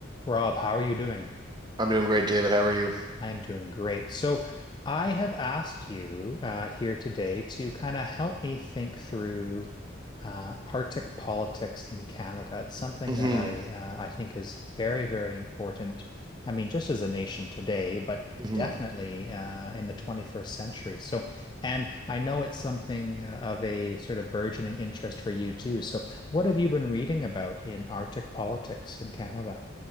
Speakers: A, on the left (about 20°); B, on the right (about 20°).
A: Rob, how are you doing?
B: I'm doing great, David. How are you?
A: I am doing great. So, I have asked you uh, here today to kind of help me think through uh, Arctic politics in Canada. It's something
B: hmm
A: that I uh, I think is very, very important. I mean, just as a nation today, but
B: hmm
A: definitely uh, in the 21st century. So, and I know it's something uh, of a sort of burgeoning interest for you too. So, what have you been reading about in Arctic politics in Canada?